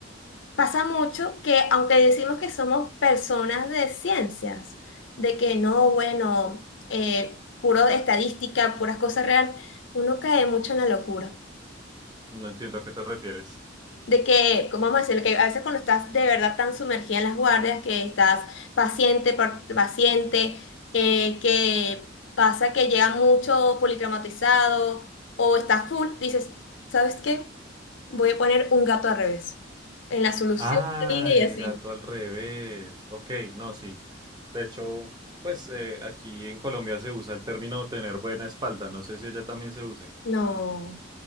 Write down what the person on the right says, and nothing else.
no entiendo a qué te refieres.
Ah,
el
gato al revés. Ok, no, sí. De hecho, pues eh, aquí en Colombia se usa el término tener buena espalda. No sé si allá también se use.